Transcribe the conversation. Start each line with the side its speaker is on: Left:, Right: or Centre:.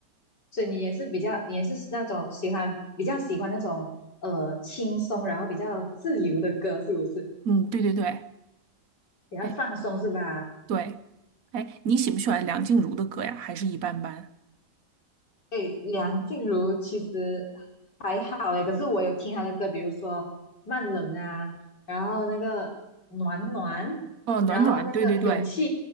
Left: 所以你也是比较，你也是那种喜欢比较喜欢那种呃轻松，然后比较自由的歌，是不是？
Right: 嗯，对对对，
Left: 比较放松是吧？
Right: 哎对，哎，你喜不喜欢梁静茹的歌呀？还是一般般？
Left: 诶，梁静茹其实还好诶，可是我有听她的歌，比如说《慢冷》啊，然后那个《暖暖》，
Right: 哦，暖暖，
Left: 然后那个《勇气》，
Right: 对对对，